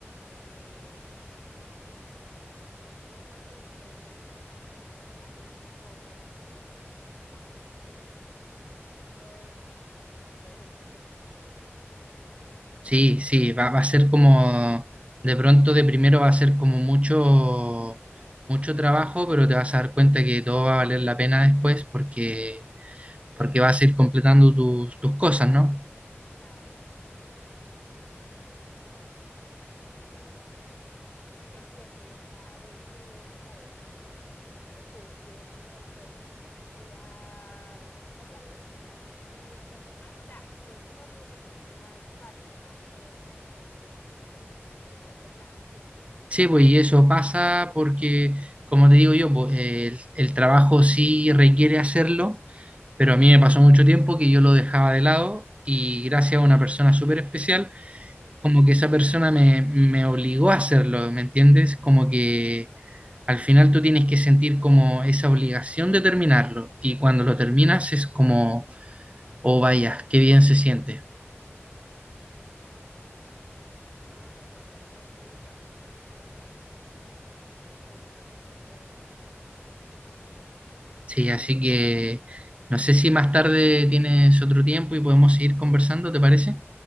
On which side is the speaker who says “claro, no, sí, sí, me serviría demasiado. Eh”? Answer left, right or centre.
Left